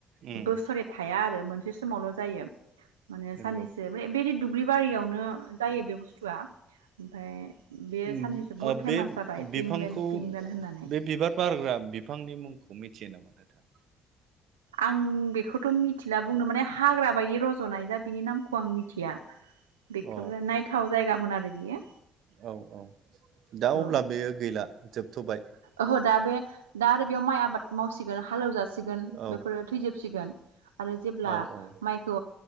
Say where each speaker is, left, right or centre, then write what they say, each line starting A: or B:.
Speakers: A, on the right; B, on the right.
A: उम
B: बोसोरे थाया आरो मोनसे समावल जायो। माने
A: नंगौ
B: साननैसो बेदि दुब्लि बारियावनो जायो बे बुस्थुआ ओमफ्राय बेयो
A: उम,
B: साननैसो बुहुत
A: ओ
B: फेमास
A: बे
B: जाबाय
A: बिफांखौ
B: पिंलेण्ड पिंलेण्ड होननानै
A: बे बिबार बारग्रा बिफांनि मुंखौ मि थियो नामा नोंथांहा?
B: आं बेखौथ मिथिला बुंनो माने हाग्रा बायदि रज'नाय जा बिनि नामखौ आं मिथिया बेखौबो
A: अ
B: नायथाव जायगामोन आरो बियो
A: औ औ दा अब्ला
B: औ
A: बेयो गैला? जोबथबाय
B: ओहो दा बे दा आरो बेयाव माइ आबाद मावसिगोन हालौ जासि सिगोन
A: औ
B: बेफोरो थैजोबसिगोन आरो जेब्ला
A: औ औ
B: माइखौ